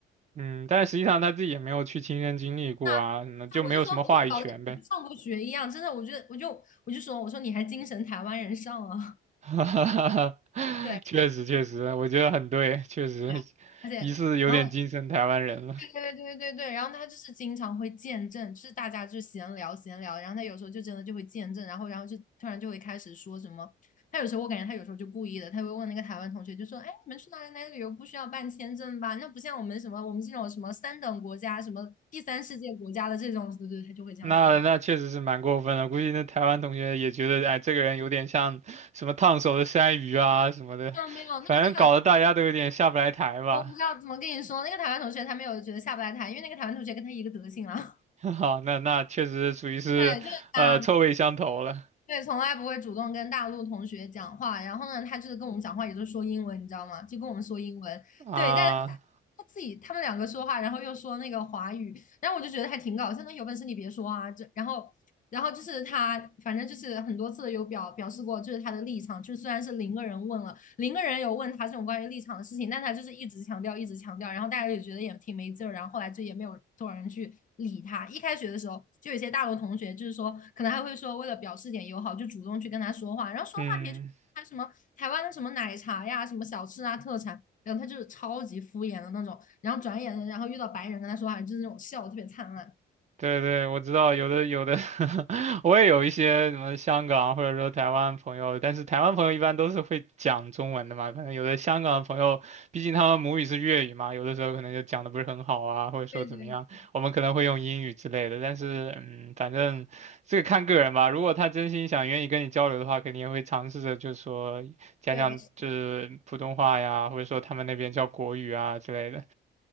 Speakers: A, on the right; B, on the left.
A: 嗯，但是实际上他自己也没有去亲身经历过啊，
B: 啊
A: 那就没有什么话语权呗。
B: 我就说，我说搞得跟没上过学一样，真的，我觉得，我就我就说，我说你还精神台湾人上了，
A: <laughs> 哈哈哈哈确实确实，
B: <laughs> 对，
A: 我觉得很对，确实
B: 对啊，而且，
A: 疑似有点精神台湾人了。
B: 然后对对对对对，然后他就是经常会见证，就是大家就闲聊闲聊，然后他有时候就真的就会见证，然后然后就突然就会开始说什么，他有时候我感觉他有时候就故意的，他会问那个台湾同学，就说，哎，你们去哪里哪里旅游不需要办签证吧？那不像我们什么我们这种什么三等国家、什么第三世界国家的这种，对对，他就会这样说话。
A: 那那确实是蛮过分的，估计那台湾同学也觉得，哎，这个人有点像什么烫手的山芋啊什么的，
B: 没有没有，
A: 反正搞得大家都有点下不来台吧。
B: 那个那个，我不知道怎么跟你说，那个台湾同学他没有觉得下不来台，因为那个台湾同学跟他一个德行啊。
A: <laughs> 好，那那确实属于是，
B: <laughs> 对，就是他，
A: 呃，臭味相投了
B: 对，从来不会主动跟大陆同学讲话。然后呢，他就是跟我们讲话，也就是说英文，你知道吗？就跟我们说英文。
A: 啊，
B: 对，但是他自己他们两个说话，然后又说那个华语，然后我就觉得还挺搞笑。那有本事你别说啊！这然后然后就是他，反正就是很多次有表表示过，就是他的立场，就是虽然是零个人问了，零个人有问他这种关于立场的事情，但他就是一直强调，一直强调，然后大家也觉得也挺没劲儿，然后后来就也没有多少人去理他。一开学的时候，就有些大陆同学就是说，可能还会说为了表示点友好，就主动去跟他说话，然后说话题就他什么台湾的什么奶茶呀、
A: 嗯。
B: 什么小吃啊、特产，然后他就是超级敷衍的那种，然后转眼的，然后遇到白人跟他说话，就是那种笑得特别灿烂。
A: 对对，我知道有的有的 <laughs> 我也有一些什么香港或者说台湾朋友，但是台湾朋友一般都是会讲中文的嘛，可能有的香港朋友，毕竟他们母语是粤语嘛，有的时候可能就讲的不是很好啊，或者说怎么样，
B: 对对对
A: 我们可能会用英语之类的，但是嗯，反正这个看个人吧，如果他真心想愿意跟你交流的话，肯定也会尝试着就是说讲讲就是普通话呀，
B: 对，是
A: 或者说他们那边叫国语啊之类的，